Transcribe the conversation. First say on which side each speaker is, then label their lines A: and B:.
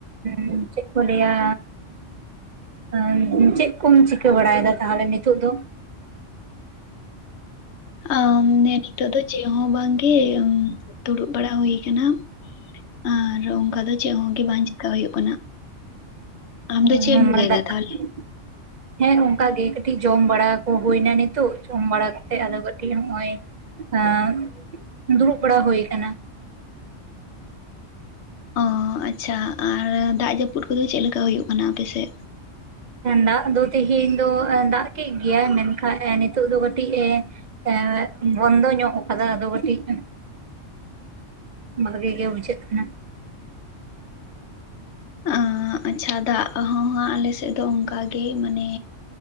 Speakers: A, on the right; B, on the left.
A: ᱦᱮᱸ ᱪᱮ <unintelligible> ᱠᱚ ᱞᱟᱹᱭᱟ ᱩᱸ ᱩᱵ ᱪᱮᱫ ᱠᱚᱢ ᱪᱤᱠᱟᱹ ᱵᱟᱲᱟᱭᱮᱫᱟ ᱛᱟᱦᱚᱞᱮ ᱱᱤᱛᱚᱜ ᱫᱚ?
B: ᱚᱸ ᱱᱤᱛᱚᱜ ᱫᱚ ᱪᱮᱫ ᱦᱚᱸ ᱵᱟᱝᱜᱮ, ᱩᱵ ᱫᱩᱲᱩᱵ ᱵᱟᱲᱟ ᱦᱩᱭ ᱟᱠᱟᱱᱟ ᱟᱨ ᱚᱱᱠᱟ ᱫᱚ ᱪᱮᱫ ᱦᱚᱸ ᱜᱮ ᱵᱟᱝ ᱪᱮᱠᱟ ᱦᱩᱭᱩᱜ ᱠᱟᱱᱟ᱾ ᱟᱢ
A: <unintelligible>
B: ᱫᱚ ᱪᱮᱫ ᱮᱢ ᱪᱤᱠᱟᱹᱭᱮᱫᱟ ᱛᱟᱦᱚᱞᱮ?
A: ᱦᱮᱸ ᱱᱚᱝᱠᱟᱜᱮ ᱠᱟᱹᱴᱤᱡ ᱡᱚᱢ ᱵᱟᱲᱟ ᱠᱚ ᱦᱩᱭᱱᱟ ᱱᱤᱛᱚᱜ ᱡᱚᱢ ᱵᱟᱲᱟ ᱠᱟᱛᱮᱜ ᱟᱫᱚ ᱠᱟᱹᱴᱤᱡ ᱦᱚᱜ-ᱚᱭ ᱦᱮᱸ ᱫᱩᱲᱩᱵ ᱵᱟᱲᱟ ᱦᱩᱭ ᱟᱠᱟᱱᱟ᱾ <unintelligible>
B: ᱚᱸ ᱟᱪᱪᱷᱟ ᱟᱨ ᱫᱟᱜ ᱡᱟᱹᱯᱩᱫ ᱠᱚᱫᱚ ᱪᱮᱫ ᱞᱮᱠᱟ ᱦᱩᱭᱩᱜ ᱠᱟᱱᱟ ᱟᱯᱮᱥᱮᱫ?
A: ᱫᱟᱜ ᱫᱚ ᱛᱮᱦᱮᱧ ᱫᱚ ᱫᱟᱜ ᱠᱮᱫ ᱜᱮᱭᱟᱭ ᱢᱮᱱᱠᱟᱱ ᱱᱤᱛᱚᱜ ᱫᱚ ᱠᱟᱹᱴᱤᱡ ᱮ ᱮᱸᱜ ᱵᱚᱱᱫᱚ ᱧᱚᱜ ᱠᱟᱫᱟ ᱟᱫᱚ ᱵᱴᱤᱡ ᱵᱷᱟᱹᱜᱮ ᱜᱮ ᱵᱩᱡᱷᱟᱹᱜ ᱠᱟᱱᱟ᱾
B: ᱟᱸᱜ ᱟᱪᱪᱷᱟ ᱫᱟᱜ ᱦᱚᱸ ᱦᱟᱸᱜ ᱟᱞᱮᱥᱮᱫ ᱫᱚ ᱚᱱᱠᱟ ᱜᱮ ᱢᱟᱱᱮ